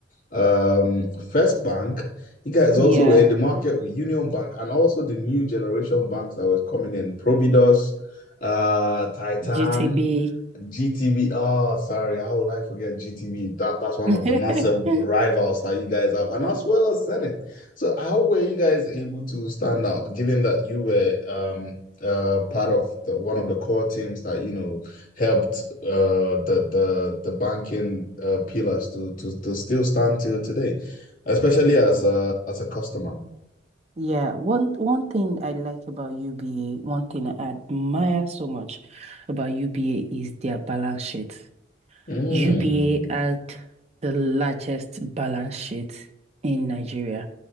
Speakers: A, on the left (about 50°); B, on the right (about 35°).
A: um, First Bank, you guys
B: Yeah,
A: also were in the market with Union Bank, and also the new generation banks that was coming in, Providos, uh, Titan.
B: GTB.
A: GTB. Oh, sorry. How will I forget GTB? That, that's one
B: <laughs>
A: of the massive rivals that you guys have, and as well as Senate. So, how were you guys able to stand out, given that you were um uh part of the, one of the core teams that you know helped uh the the the banking uh pillars to to to still stand till today, especially as a as a customer.
B: Yeah, one one thing I like about UBA, one thing I admire so much about UBA is their balance sheet.
A: Mm,
B: UBA had the largest balance sheet in Nigeria,